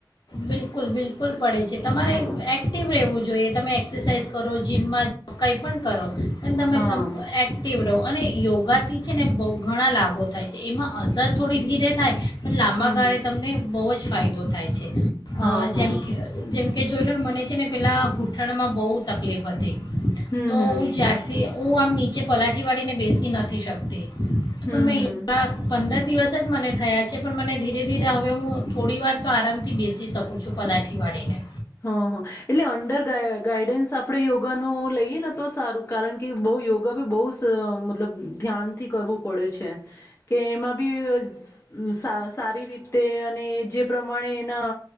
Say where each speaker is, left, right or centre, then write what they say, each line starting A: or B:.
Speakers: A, on the left; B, on the left.
A: બિલકુલ બિલકુલ. પડે છે તમારે
B: હા
A: એક્ટિવ રહેવું જોઈએ તમે એક્સરસાઇઝ કરો જીમમાં કઈ પણ કરો. અન તમે
B: હા
A: તમ આક્ટિવ રહો. અને યોગાથી છે ને બહુ ઘણા લાભો થાય છે, એમાં અસર થોડી ધીરે થાય. પન લાંબા
B: હમ
A: ગાળે તમને બહુ જ ફાયદો થાય છે. હ,
B: હા હા
A: જેમ કેઅ જેમ કે જોઈ લોન મને છે ને પેલાં ગૂંઠણમાં બહુ તકલીફ હતી.
B: હમ
A: તો
B: હમ
A: હું જ્યારથી હું આમ નીચે પલાઠીવાળીને બેસી નથી શકતી.
B: હમ
A: પન મેં
B: હમ
A: યો દ્વારા પંદર દિવસ જ મને થયા છે, પણ મને ધીરે ધીરે હવે હું થોડી વાર તો આરામ થી બેસી શકું છું, પલાઠી વાળીને.
B: હ હ હ, એટલે અંડર ગાય ગાઈડન્સ આપડે યોગાનો લઈએ ને તો સારું કારણ કે, બહુ યોગ યોગા બી બહુ સર મતલબ અહમ ધ્યાનથી કરવું પડે છે. કેમાં બી અ ઉહમ સાસ સારી રીતે અને એ જે પ્રમાણે એના